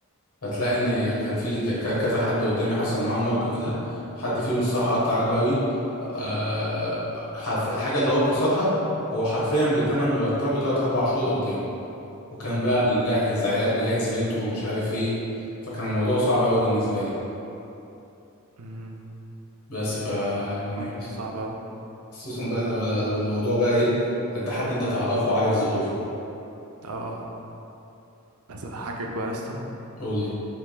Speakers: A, on the left (about 85°); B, on the right (about 80°).
A: فتلاقي ان كان في ده- ك- كذا حد قدامي حصل معاه الموقف ده حد فيهم الصراحه قطع الباوي آه حرف الحاجه اللي هو كسرها هو حرفيا بتمن مرتبه 3 4 شهور قدام وكان
B: يا
A: بقى
B: نهار
A: بيجهز
B: ابيض
A: عيال بيجهز بنته ومش عارف ايه فكان الموضوع صعب قوي بالنسبه لي
B: امم
A: بس ف يعني
B: الحوار صعب اوي
A: خصوصا بقى لو لو لو الموضوع بقى ايه انت حد انت تعرفه وعارف ظروفه
B: اه بس هضحكك بقى يا اسطى
A: قول لي